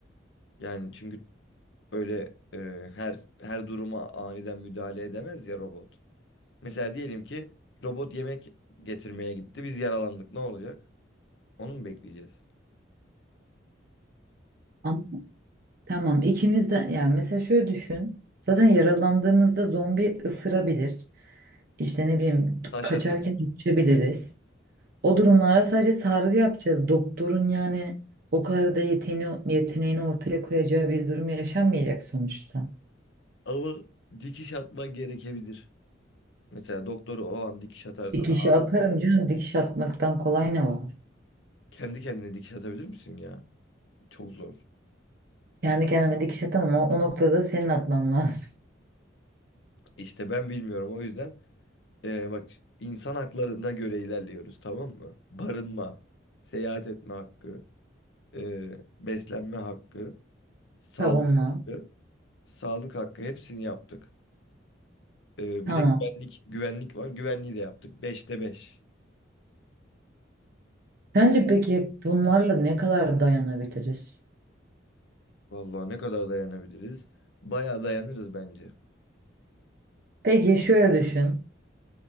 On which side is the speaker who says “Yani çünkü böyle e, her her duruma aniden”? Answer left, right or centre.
Left